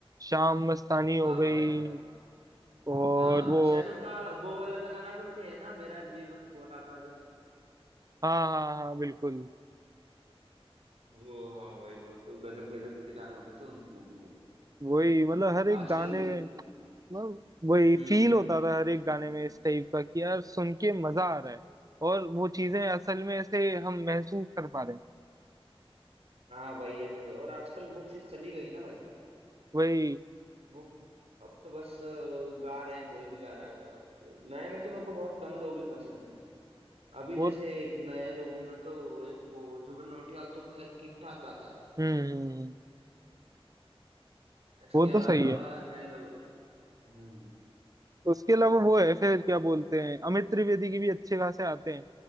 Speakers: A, on the right; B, on the right.
A: शाम मस्तानी हो
B: हाँ
A: गई
B: भाई
A: और
B: हाँ
A: वो
B: शायद उनका वो वाला गाना भी उनका ही है ना मेरा जीवन कोरा कागज
A: हाँ हाँ हाँ बिल्कुल
B: वो हाँ भाई वो तो गजब गजब के गाने होते थे उनकी मूवी के
A: वही मतलब हर एक
B: आजकल
A: गाने मतलब वही
B: हम्म
A: फील
B: क्या
A: होता था हर एक गाने में इस टाइप का कि यार सुन के मजा आ रहा है और वो चीजें असल में ऐसे हम महसूस कर पा रहे हैं
B: हाँ भाई ये तो है और आजकल वो चीज चली गई ना भाई
A: वही
B: वो अब तो बस अ, गा रहे हैं कोई भी गा रहा है और नए में तो मेरे को बहुत कम लोग ही पसंद है अभी
A: वो
B: जैसे एक नए लोगों में तो एक वो जुबिन नौटियाल तो खैर ठीक ठाक गाता है
A: हम्म हम्म, हम्म।
B: इसके
A: वो
B: अलावा
A: तो सही है
B: नए लोग हम्म
A: उसके अलावा
B: वो वाली
A: वो है
B: चीज
A: फिर
B: है
A: क्या बोलते हैं अमित त्रिवेदी की भी अच्छे खासे आते हैं